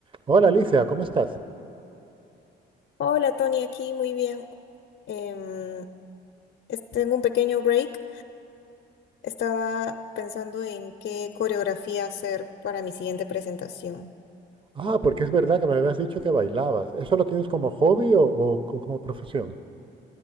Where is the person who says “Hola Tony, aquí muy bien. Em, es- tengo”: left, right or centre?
Left